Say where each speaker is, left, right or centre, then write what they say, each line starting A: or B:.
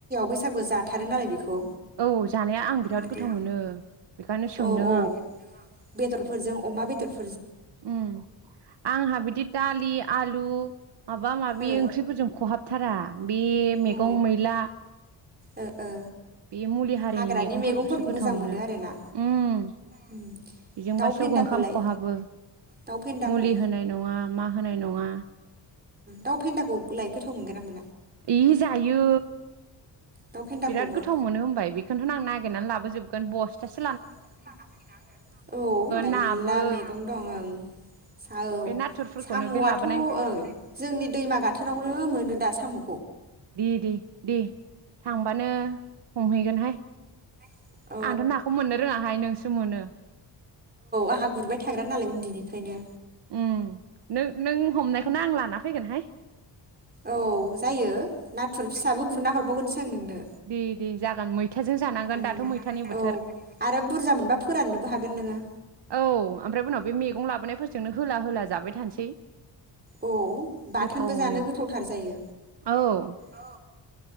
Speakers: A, on the right; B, on the right.
A: बैसागु जाथारो नालाय बेखौ।
B: औ जानाया आं बिराद
A: बिदि
B: गोथाव मोनो बेखायनो स सोंदों
A: औ औ
B: आं।
A: बेदरफोरजों अमा बेदर।
B: ओम आंहा बिदि दालि आलु माबा माबि
A: ओ
B: ओंख्रिफोरजों खहाबथारा। बे मैगं
A: अ
B: मैला।
A: ओ ओ।
B: बे मुलि हारिनि
A: हाग्रानि
B: मैगंफोरखौसो
A: मैगंफोरखौ
B: गोथाव
A: मोजां
B: मोनो
A: आरोना
B: ओम
A: उम
B: बेजोंबासो
A: दाउ फेन्दाखौलाय
B: ओंखाम खहाबो
A: दाउ फेन्दाखौ
B: मुलि होनाय नङा मा होनाय नङा।
A: दाउ फेन्दाखौ लाय गोथाव <unintelligible>
B: इ जायो
A: दाउ फेन्दाखौबो
B: बिराद गोथाव मोनो होनबाय बेखौथ' आं नागिरनानै लाबोजोब गोन बस्टासे <unintelligible>
A: <inaudible>
B: नाबो बे नाथुरफोरखौनो बे लाबोनाय दे दे। दे थांबानो हमहैगोनहाय।
A: <unintelligible> औ
B: आंथ' नाखौ मोननो रोङाहाय नोंसो मोनो
A: आंहा गुरबाय थाग्रा नालाय।
B: ओम नों नों हमनायखौनो आं लाना फैगोनहाय।
A: औ जायो नाथुर फिसाबो गुरना हरबावगोनसो। आं नोंनो
B: दे दे जागोन मैथाजों जानांगोन
A: उम
B: दाथ' मैथानि बोथोर
A: औ आरो बुरजा मोनबा फोराननोबो हागोन नोङो
B: औ ओमफ्राय उनाव बे मैगं लाबोनायफोरजोंनो होला होला जाबाय थानोसै।
A: औ बाथोनबो
B: गोथावनो
A: जानो गोथावथार जायो
B: औ ओमफ्राय
A: औ।